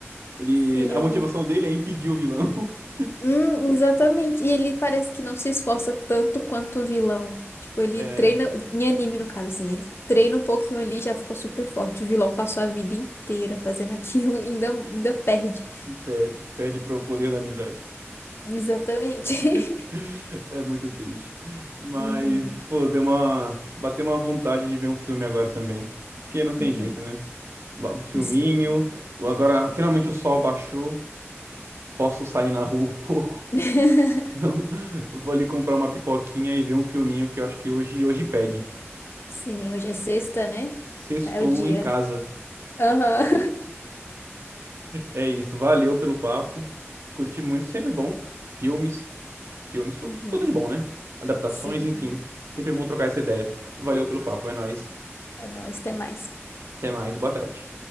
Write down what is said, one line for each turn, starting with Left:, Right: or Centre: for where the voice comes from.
Right: Ele...
Left: Sim,
Right: A
Left: eu.
Right: motivação dele é impedir o vilão. <laughs>
Left: Hum, exatamente. E ele parece que não se esforça tanto quanto o vilão. Tipo, ele
Right: É,
Left: treina, em anime no caso, assim, ele treina um pouquinho ali e já ficou super forte. O vilão passou a vida inteira fazendo <laughs> aquilo e ainda, ainda perde.
Right: perde. Perde pro poder da amizade.
Left: Exatamente.
Right: <laughs>
Left: <laughs>
Right: É muito triste. Mas,
Left: Uhum.
Right: pô, deu uma. Bateu uma vontade de ver um filme agora também. Porque não tem
Left: Uhum.
Right: jeito, né? Um um filminho.
Left: Sim.
Right: Agora, finalmente o sol baixou. Posso sair na rua um pouco.
Left: <laughs>
Right: Não, <laughs> vou ali comprar uma pipoquinha e ver um filminho que eu acho que hoje, hoje pede.
Left: Sim, hoje é sexta, né?
Right: Sextou
Left: Tá, é o dia.
Right: em casa.
Left: Aham. <laughs>
Right: É isso, valeu pelo papo. Curti muito, sempre bom. Filmes, filmes, tu-
Left: Uhum.
Right: tudo de bom, né? Adaptações,
Left: Sim.
Right: enfim. Sempre bom trocar essa ideia. Valeu pelo papo, é nóis.
Left: É nóis, até mais.
Right: Até mais, boa tarde.